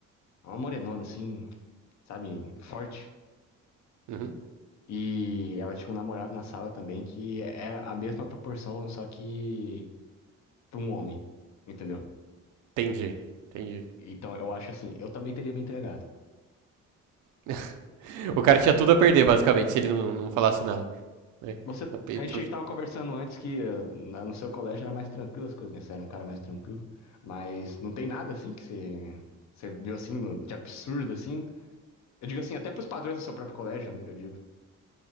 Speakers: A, on the left (about 65°); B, on the right (about 80°).
A: uma morenona assim, sabe, forte.
B: Uhum.
A: E ela tinha um namorado na sala também que era a mesma proporção, só que para um homem, entendeu?
B: Entendi, entendi.
A: Então eu acho assim, eu também teria me entregado.
B: <laughs> O cara tinha tudo a perder, basicamente, se ele não, não falasse nada. né?
A: Você,
B: Então,
A: a gente estava conversando antes que eh, na- no seu colégio era mais tranquilo as coisas, né? Você era um cara mais tranquilo. Mas não tem nada assim que você, você viu assim, no- de absurdo assim. Eu digo assim, até pros padrões do seu próprio colégio, eu digo.